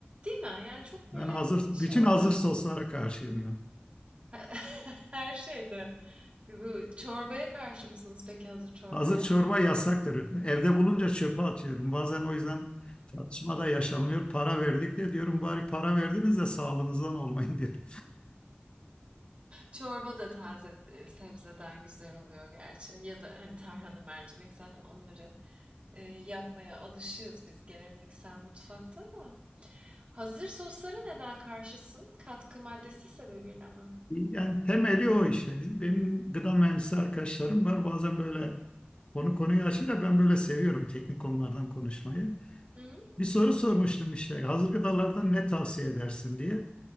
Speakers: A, on the right; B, on the left.
A: Değil mi? Yani çok
B: Ben
A: böyle
B: hazır,
A: şey
B: bütün
A: oluyor.
B: hazır soslara karşıyım ben.
A: <laughs> Her şeyde. Bu çorbaya karşı mısınız peki hazır çorbaya?
B: Hazır çorba yasaktır. Evde bulunca çöpe atıyorum. Bazen o yüzden tartışma da yaşanıyor. Para verdik diye diyorum bari para verdiniz de sağlığınızdan olmayın <laughs> diyorum.
A: Çorba da taze e, sebzeden güzel oluyor gerçi. Ya da hani tarhana, mercimek zaten onları e, yapmaya alışığız biz geleneksel mutfakta da. Hazır soslara neden karşısın? Katkı maddesi sebebiyle mi?
B: Yani temeli o işte. Biz- Benim gıda mühendisi arkadaşlarım var. Bazen böyle konu konuyu açınca ben böyle seviyorum teknik konulardan konuşmayı.
A: Hı?
B: Bir soru sormuştum işte. Hazır gıdalardan ne tavsiye edersin diye.